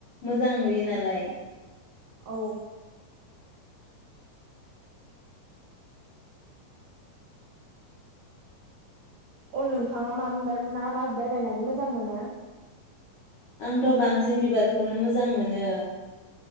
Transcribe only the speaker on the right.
औ अ नोंथाङा मा बिबार मा मा बिबार गायनानै मोजां मोनो?